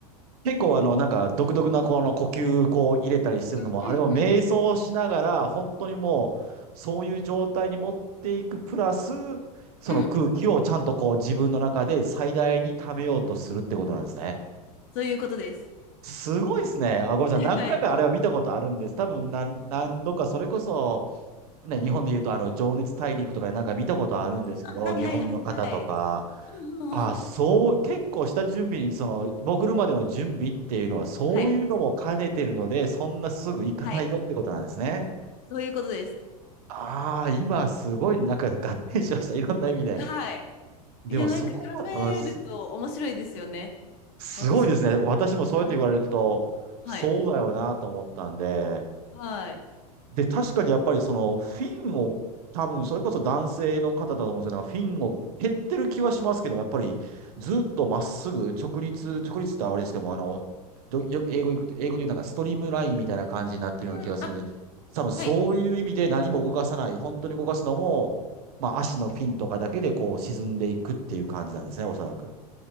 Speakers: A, on the right; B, on the left.
A: 結構あの、なんか独特なこの呼吸こう入れたりするのも、
B: うんうんうん。
A: あれを瞑想しながら、本当にもう、そういう状態に持っていくプラス、その空気をちゃんとこう自分の中で最大に溜めようとするってことなんですね。
B: うんそういうことです。
A: すごいですね。あ、ごめんなさい。
B: <laughs>
A: 何回かあれは見たことあるんです。多分何、何度か、それこそ、ね、日本で言うと、あの、情熱大陸とかでなんか見たことあるんですけど、
B: はいはいはいはい。
A: 日本の方とか、
B: ああはいはいはいはいうんうんうん。
A: あ、そう、結構下準備に、その、潜るまでの準備っていうのは、そういうのも兼ねてるので、
B: はい。
A: そんなすぐ行かないよってことなんですね。
B: はい。そういうことです。
A: ああ、今すごいなんか合点しました。いろんな意味で。
B: はい。
A: でもそこは、
B: いや、なんか考えると面白いですよね。
A: うん、す、すごいですね。
B: 私も
A: 私もそうやって言われると、
B: なんですよ。はい。
A: そうだよなと思ったんで、
B: はい。
A: で、確かにやっぱりそのフィンを、多分それこそ男性の方だと思うんですよね。フィンを蹴ってる気はしますけども、やっぱりずっとまっすぐ直立、直立ってあれですけども、あの、どよく英語言うと、英語で言うなんかストリームラインみたいな感じになってるような気がするので、
B: うん、あ、
A: 多分そういう意味で何も動かさない、
B: はい。
A: 本当に動かすのも、まあ足のフィンとかだけでこう沈んでいくっていう感じなんですね、おそらく。